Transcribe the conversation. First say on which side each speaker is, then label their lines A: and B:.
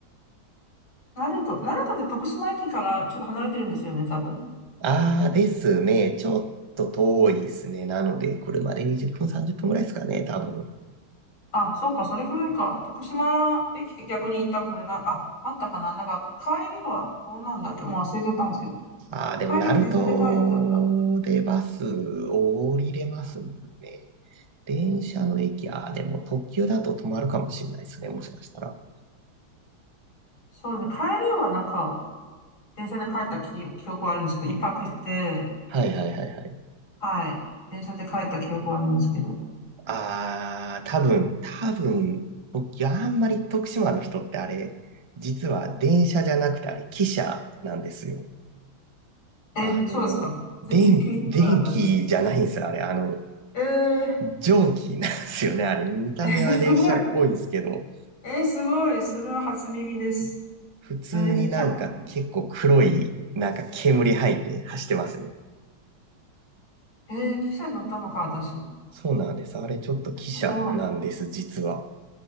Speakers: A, on the left; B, on the right.
A: 鳴門、鳴門って徳島駅からちょっと離れてるんですよね、多分。
B: ああですね。ちょっと遠いですね。なので、車で20分、30分ぐらいですかね、多分。
A: あ、そうか、それくらいか。徳島駅逆に行ったことな、あ、あったかな。なんか、帰りはどうなんだっけもう忘れちゃったんですけど。
B: ああ、でも、
A: 帰りは電車で帰ったら。
B: 鳴門でバス降りれますもんね。電車の駅、ああ、でも特急だと止まるかもしれないですね、もしかしたら。
A: そうですね。帰りはなんか、電車で帰った記、記憶はあるんですけど、一泊して、
B: はいはいはいはい。
A: はい。電車で帰った記憶はあるんですけど。
B: ああ、多分、多分、僕、あんまり徳島の人ってあれ、実は電車じゃなくてあれ、汽車なんですよ。
A: え、
B: あの、
A: そうですか。
B: 電、
A: 全然気にしわなかったです。
B: 電気じゃないんですよ、あれ。あの、
A: えー、
B: 蒸気なんですよね、あれ。見た目は電車っぽいんですけど、
A: え、そすごい。えー、すごい。それは初耳です。
B: 普通になんか結構黒い、
A: えー、汽車、
B: なんか煙吐いて走ってますよ。
A: えー、汽車に乗ったのか、私。
B: そうなんです。あれ、ちょっと汽車なんです、
A: すごい。
B: 実は。